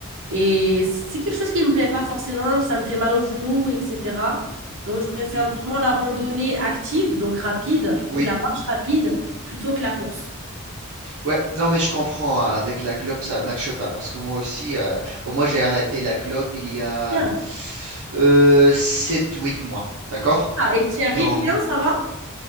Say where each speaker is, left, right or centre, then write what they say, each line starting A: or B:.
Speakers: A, on the right; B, on the right.
A: Et c'est quelque chose qui me plaît pas forcément. Ça me fait mal aux genoux, etc. Donc, je préfère
B: Mm,
A: vraiment la randonnée active, donc rapide,
B: Oui.
A: ou de la marche rapide, plutôt que la course.
B: Ouais, non, mais je comprends. hein, Avec la clope, ça matche pas. Parce que moi aussi, euh, bon, moi, j'ai arrêté la clope il y a
A: Bien.
B: euh, 7-8 mois. D'accord?
A: Ah, et tu y
B: Donc,
A: arrives bien, ça va?